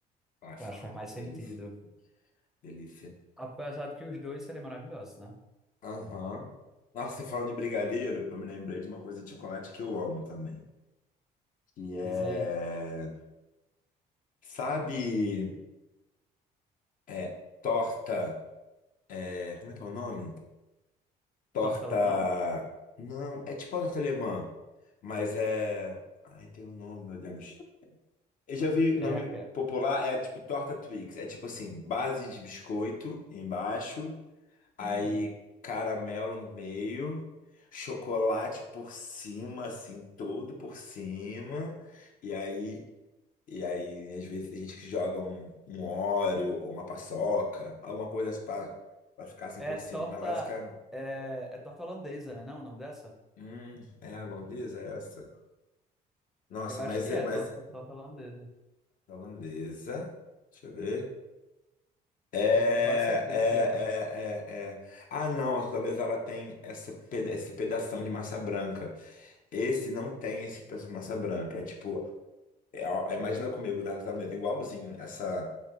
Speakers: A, on the left; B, in the centre.
A: Clássico,
B: Eu acho que faz mais sentido.
A: delícia, delícia.
B: Apesar de que os dois seriam maravilhosos, né?
A: Aham. Nossa, você falando de brigadeiro, eu me lembrei de uma coisa de chocolate que eu amo também, que é,
B: Diz aí,
A: sabe, é torta É, como é que é o nome? Torta.
B: torta alemã?
A: Não, é tipo uma torta alemã, mas é. Ai, tem um nome, meu Deus. Eu já vi o nome
B: É aquela.
A: popular, é tipo torta Twix. É tipo assim, base de biscoito embaixo, aí
B: hum.
A: caramelo no meio, chocolate por cima, assim, todo por cima, e aí. E aí, às vezes, tem gente que joga um, um Oreo ou uma paçoca, alguma coisa assim pra, pra ficar assim
B: É
A: por
B: torta.
A: cima. Mas basicamente.
B: É, é torta holandesa, né? Não, o nome dessa?
A: Hum, é a holandesa é essa? Nossa,
B: Eu acho
A: mas
B: que
A: é,
B: é
A: mas
B: torta, torta holandesa.
A: a holandesa, deixa eu ver. É,
B: Eu tenho quase certeza
A: é,
B: que é.
A: é, é, é. Ah, não, a holandesa ela tem essa peda esse pedação de massa branca. Esse não tem esse pedaço de massa branca. É tipo, é, ó, imagina comigo da holandesa igualzinho, essa